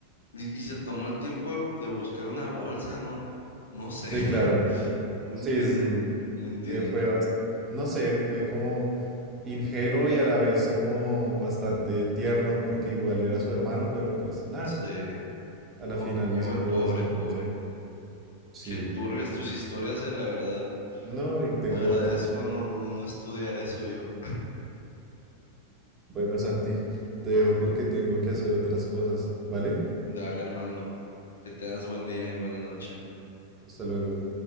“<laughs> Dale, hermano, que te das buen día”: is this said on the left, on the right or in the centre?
Left